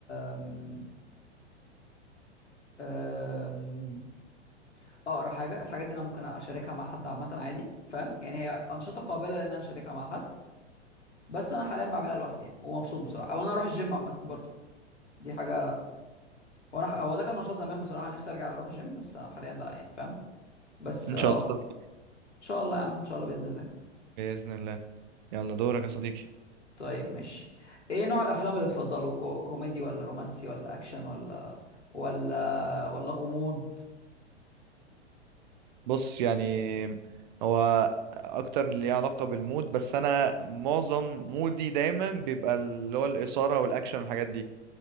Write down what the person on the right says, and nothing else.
إن
شاء الله
دور.
بإذن الله يلا دورك يا صديقي
بص يعني هو اكتر اللي ليه علاقة بالمود بس انا معظم مودي دايما بيبقى اللي هو الإثارة والاكشن والحاجات دي